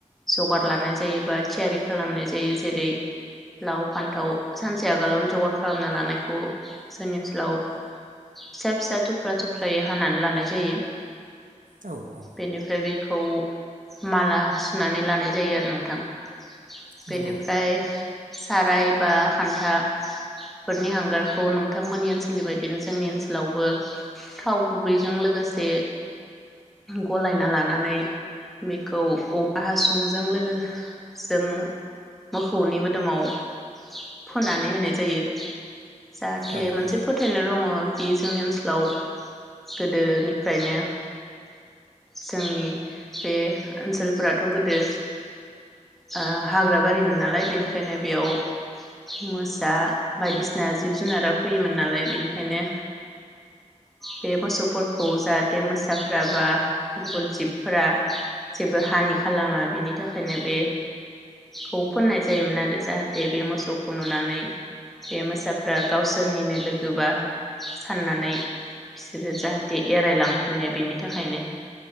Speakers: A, in the centre; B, on the right (about 80°).
A: जगार लानाय जायो बा थियारि खालामनाय जायो जेरै लाव फान्थाव सानसे आगोलावनो जगार खालामना लानायखौ जोंनि ओनसोलाव फिसा फिसा थुख्रा थुख्रायै हानानै लानाय जायो
B: औ औ
A: बेनिफ्राय बे खौ माला सुनानै लानाय जायो आरो नोंथां बेनिफ्राय
B: नंगौ
A: साराय बा खान्थाफोरनि हांगारखौ नोंथांमोननि ओनसोलनि बायदिनो जोंनि ओनसोलावबो थाव गुबैजों लोगोसे गलायना लानानै बेखौ औवा हासुंजों जों मोखौनि दोमाव फोननानै होनाय जायो। जाहाथे
B: औ
A: मोनसे
B: औ
A: फोथायनाय दङ। बे जोंनि ओनसोलाव गोदोनिफ्रायनो जोंनि बे ओनसोलफोराथ' गोदो ओ हाग्रा बारिमोन नालाय बेनि खायनो बेयाव मोसा बायदिसिना जिब जुनारा फैयोमोन नालाय बेनिखायनो बे मोसौफोरखौ जाहाथे मोसाफोरा बा गुबुन जिबफोरा जेबो हानि खालामा बेनि थाखायनो बे खौ फोननाय जायोमोन आ रो जाहाथे बे मोसौखौ नुनानै बे मोसाफ्रा गावसोरनिनो लोगोबा साननानै बिसोरो जाहाथे एरायलांफिनो बेनि थाखायनो